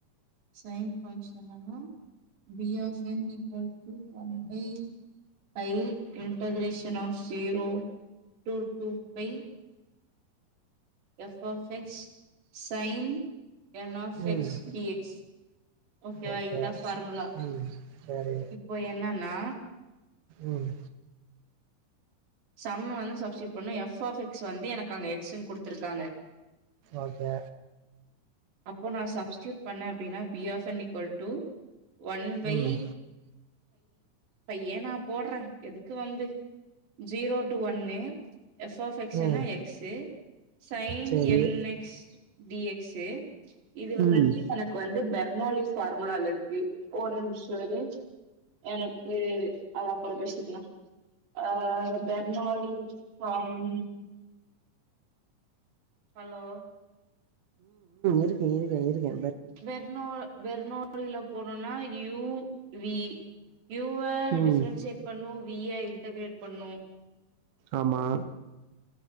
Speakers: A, on the right; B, on the right.
A: நெயன் பாய்ண்ட் செவென்னா B of N equal to one by pi integration of zero to two pi F of X sine N of X
B: ம்.
A: டி எக்ஸ் ஓகேவா
B: ஓகே.
A: இதா ஃபார்முலா
B: ம். சரி.
A: இப்போ என்னன்னா
B: ம்.
A: சம்ம வந்து சப்ஸ்கிரைட் பண்ணும் எஃப் ஆஃப் எக்ஸ் வந்து எனக்கு அங்க எக்்ஸன்ன கொடுத்துருக்காங்க
B: ஓகே
A: அப்போ நான் சப்ஸ்டூட் பண்ண அப்படின்னா பில் ட ஒன் பை
B: ம்.
A: ப ஏன் நான் போடுறேன் எதுக்கு வந்து ஜீரோ டூ ஒன்னு எஃப் ஆப் எக்ஸ்ன்னா
B: ம்.
A: எக்ஸ்ு சைன்
B: சரி.
A: என்எக்ஸ்ட் டிஎக்ஸஏ இதுந்து
B: ம்.
A: எனக்கு வந்து பெர்னாலி ஃபார்முல இருக்கு ஒரு நிமிஷம் இரு எனக்கு அது அப்புறம் பேசிக்கலாம் அ பெர்னாலி ஃபார்ம் ஹலோ
B: இருக்கே இருக்கே இருக்கே
A: வெர்நோ வெர்நோ இல போணனா யூவி யூ
B: ம்.
A: டிஃப்ரென்சியேட் பண்ணும் வி ஏ இன்டகரேட் பண்ணும்
B: ஆமா